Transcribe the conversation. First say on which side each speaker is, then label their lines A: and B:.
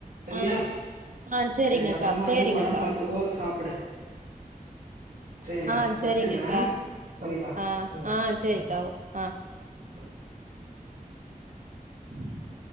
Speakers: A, on the right; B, on the right.
A: சரியா?
B: ஆ ஆ செரிங்கக்கா
A: சரி பத்திரமா
B: சேரிங்கக்கா
A: இரு. உடம்பு பார்த்துக்கோ. சாப்பிடு. சரிடா.
B: ஆ சரிங்கக்கா
A: வச்சிடுறேன். சரிடா.
B: ஆ
A: ம்
B: ஆ சரிக்கா
A: ம்.
B: ஓ ஆ
A: <inaudible> <inaudible>